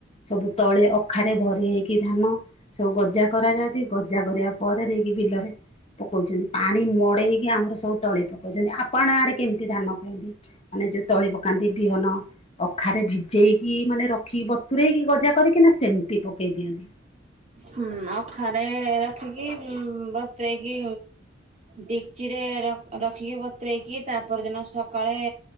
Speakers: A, on the left; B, on the right.
A: ସବୁ ତଳି ଅଖାରେ ଭରି ହେଇକି ଧାନ ସବୁ ଗଜା କରାଯାଉଛି ଗଜା କରିବା ପରେ ନେଇକି ବିଲରେ ପକଉଛନ୍ତି ପାଣି ମଡେଇକି ଆମର ସବୁ ତଳେ ପକଉଛନ୍ତି ଆପଣ ଆଡେ କେମିତି ଧାନ କେମତି ମାନେ ଯୋଉ ତଳି ପକାନ୍ତି ବିହନ ଅଖାରେ ଭିଜେଇକି ମାନେ ରଖିବ ବତୂରେଇକି ଗଜା କରିକିନା ସେମିତି ପକାଇ ଦିଅନ୍ତି।
B: ହୁଁ, ଅଖାରେ ରଖିକି ବତ୍ରେଇକି ଡ଼ିକ୍ଚିରେ ରଖିକି ବତ୍ରାଇକି ତାପର ଦିନ ସକାଳେ